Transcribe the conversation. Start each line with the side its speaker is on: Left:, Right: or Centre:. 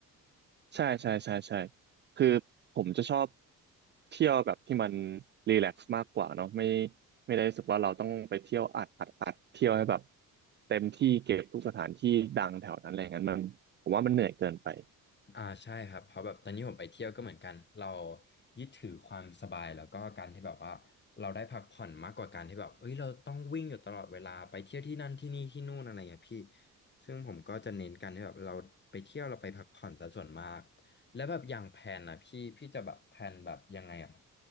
Right: ใช่ใช่ใช่ใช่คือผมจะชอบเที่ยวแบบที่มันรีแลกซ์มากกว่าเนาะไม่ไม่ได้รู้สึกว่าเราต้องไปเที่ยวอัดอัดอัดเที่ยวให้แบบเต็มที่เก็บทุกสถานที่ดังแถวนั้นอะไรอย่างนั้นมันผมว่ามันเหนื่อยเกินไป
Left: อ่าใช่ครับเพราะแบบตอนนี้ผมไปเที่ยวก็เหมือนกันเรายึดถือความสบายแล้วก็การที่แบบว่าเราได้พักผ่อนมากกว่าการที่แบบเอ้ยเราต้องวิ่งอยู่ตลอดเวลาไปเที่ยวที่นั่นที่นี่ที่นู่นอะไรเงี้ยพี่ซึ่งผมก็จะเน้นกันที่แบบเราไปเที่ยวเราไปพักผ่อนซะส่วนมากแล้วแบบอย่างแพนนอ่ะพี่พี่จะแบบแพนแบบยังไงอ่ะ